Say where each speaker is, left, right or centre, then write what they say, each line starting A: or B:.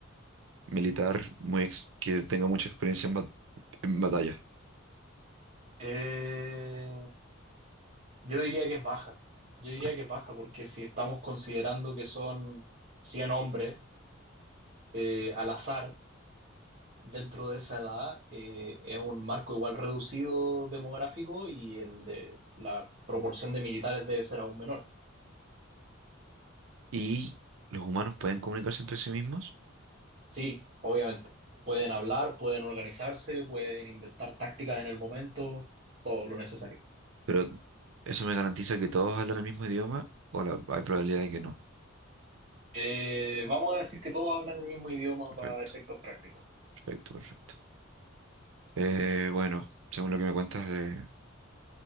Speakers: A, on the right; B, on the right.
A: militar muy ex- que tenga mucha experiencia en, bat- en batalla?
B: Eh, Yo diría que es baja. Yo diría
A: Vale.
B: que es baja porque si estamos considerando que son 100 hombres eh, al azar dentro de esa edad, eh, es un marco igual reducido demográfico y el de la proporción de militares debe ser aún menor.
A: ¿Y los humanos pueden comunicarse entre sí mismos?
B: Sí, obviamente. Pueden hablar, pueden organizarse, pueden inventar tácticas en el momento, todo lo necesario.
A: Pero eso me garantiza que todos hablan el mismo idioma o la- hay probabilidad de que no.
B: Eh, vamos a decir que todos hablan el mismo idioma
A: Perfecto,
B: para efectos prácticos.
A: perfecto, perfecto. Eh, bueno, según lo que me cuentas, eh,